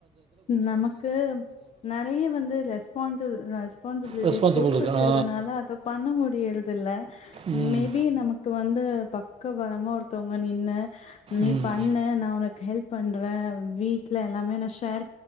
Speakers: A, on the left; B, on the right.
A: நமக்கு நெறைய வந்து ரெஸ்பாண்டில் ரெஸ் பான்சிபிலீடீஸ்
B: ரெஸ்பான்சிபிள்
A: பொறுப்பு
B: இருக்கு
A: இருக்கிறதுனால
B: ஆ
A: அத பண்ண முடியறது இல்ல
B: ம்
A: மேபி நமக்கு வந் து பக்க பலமா ஒருத்தவுங்க நின்னு நீ
B: ம்
A: பண்ணு நா உனக்கு ஹெல்ப் பண்றே வீட்ல எல்லாமே நா ஷேர்